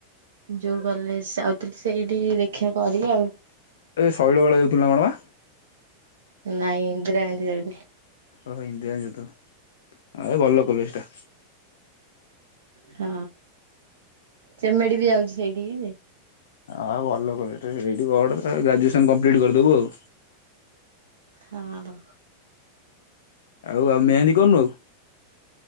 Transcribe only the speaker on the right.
ଯୋଉ କଲେଜ ଯାଉଥିଲି ସେଇଠି ଦେଖା କରିବି ଆଉ।
ନାଇଁ ଇନ୍ଦିରା ଗାନ୍ଧୀ ଯାଉ
ହଁ ଚେମେଡି ବି ଯାଉଛି ସେଇଠିକି।
ହଁ।